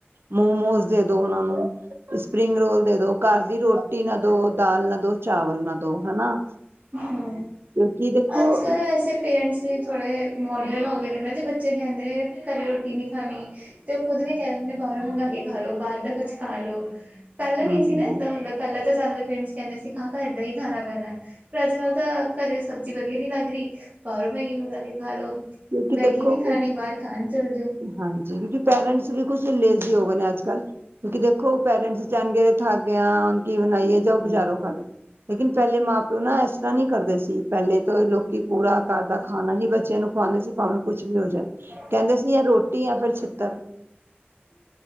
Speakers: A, on the right; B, on the right.
A: ਮੋਮੋਜ਼ ਦੇ ਦੋ ਉਹਨਾਂ ਨੂੰ। ਸਪਰਿੰਗ ਰੋਲ ਦੇ ਦੋ ਘਰ ਦੀ ਰੋਟੀ ਨਾ ਦੋ ਦਾਲ ਨਾ ਦੋ ਚਾਵਲ ਨਾ ਦੋ ਹਨਾ।
B: ਹੁ
A: ਕਿਉਂਕਿ ਦੇਖੋ
B: ਅੱਜ ਕੱਲ ਵੈਸੇ ਪੇਰੈਂਟਸ ਵੀ ਥੋੜ੍ਹੇ ਮੋਡਰਨ ਹੋ ਗਏ ਨੇ ਨਾ ਜੇ ਬੱਚੇ ਕਹਿੰਦੇ ਘਰੇ ਰੋਟੀ ਨਹੀਂ ਖਾਣੀ। ਤੇ ਉਹ ਖੁਦ ਵੀ ਕਹਿ ਦਿੰਦੇ ਨੇ ਬਾਹਰੋਂ ਮੰਗਾ ਕੇ ਖਾ ਲੋ ਬਾਹਰ ਦਾ ਕੁਛ ਖਾ ਲੋ ਪਹਿਲਾਂ
A: ਹਮ
B: ਨਹੀ ਸੀ ਨਾ ਏਦਾਂ ਹੁੰਦਾ ਪਹਿਲਾਂ ਤਾਂ ਜੈਦਾਤਰ ਪਿੰਡ ਚ ਕਹਿੰਦੇ ਸੀ ਕਿ ਹਾਂ ਘਰ ਦਾਂ ਹੀ ਖਾਨਾ ਪੈਨਾ। ਪਰ ਅੱਜ-ਕੱਲ੍ਹ ਤਾਂ ਘਰੇ ਸਬਜ਼ੀ ਵਧੀਆ ਨੀ ਲੱਗ ਰੀ, ਬਾਰੋਂ ਮੈਗੀ ਮੰਗਵਾ ਕੇ ਖਾ ਲੋ।
A: ਕਿਉਂਕਿ
B: ਮੈਗੀ
A: ਦੇਖੋ
B: ਨੀਂ ਖਾਣੀ,
A: ਕੁ
B: ਬਾਰ ਖਾਣ ਚਲ ਜੋ।
A: ਹਾਂਜੀ! ਕਿਉਂਕਿ ਪੇਰੈਂਟਸ ਵੀ ਕੁਛ ਲੇਜ਼ੀ ਹੋ ਗਏ ਨੇ ਅੱਜ ਕੱਲ। ਕਿਉਂਕਿ ਦੇਖੋ ਪੇਰੈਂਟਸ ਕੈਣਗੇ ਥੱਕ ਗਿਆ, ਕੀ ਬਣਾਈਏ ਜਾਓ ਬਜ਼ਾਰੋ ਖਾਲੋ। ਲੇਕਿਨ ਪੈਲੇ ਮਾਂ ਪਿਓ ਨਾ ਐਸ-ਤਰ੍ਹਾਂ ਨੀ ਕਰਦੇ ਸੀ, ਪੈਲੇ ਤਾਂ ਲੋਕੀ ਪੂਰਾ ਘਰ ਦਾ ਖਾਣਾ ਹੀ ਬੱਚਿਆਂ ਨੂੰ ਖਵਾਂਦੇ ਸੀ ਭਾਵੇਂ ਕੁੱਛ ਵੀ ਹੋ ਜਾਏ।
B: <inaudible>
A: ਕੈਂਦੇ ਸੀ ਯਾ ਰੋਟੀ ਯਾ ਫੇਰ ਛਿੱਤਰ।